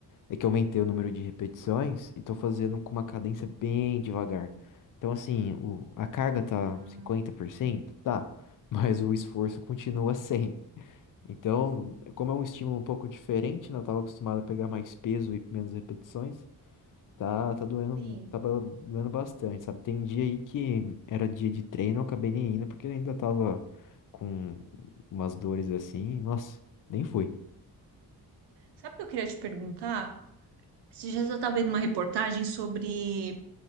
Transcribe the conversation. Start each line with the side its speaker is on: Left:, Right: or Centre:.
Left: É que eu aumentei o número de repetições e tô fazendo com uma cadência bem devagar. Então, assim, o- a carga tá
Right: Ah,
Left: 50%, tá, <laughs> mas o esforço continua <laughs> 100. Então, como é um estímulo um pouco diferente, né? Eu tava acostumado a pegar mais peso e menos repetições. Tá, tá doendo,
Right: sim.
Left: tá ba- doendo bastante, sabe? Tem dia aí que era dia de treino, eu acabei nem indo porque ainda tava com umas dores assim. Nossa, nem fui.
Right: Sabe o que eu queria te perguntar? Esses dias eu estava vendo uma reportagem sobre